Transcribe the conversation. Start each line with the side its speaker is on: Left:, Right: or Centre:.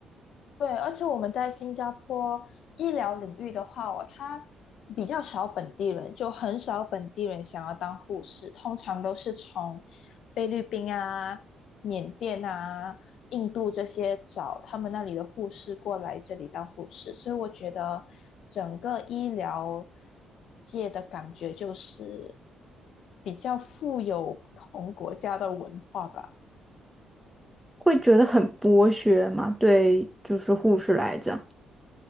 Left: 对，而且我们在新加坡医疗领域的话哦，它比较少本地人，就很少本地人想要当护士，通常都是从菲律宾啊、缅甸啊、印度这些找他们那里的护士过来这里当护士，所以我觉得整个医疗界的感觉就是比较富有不同国家的文化吧。
Centre: 会觉得很剥削嘛，对，就是护士来讲。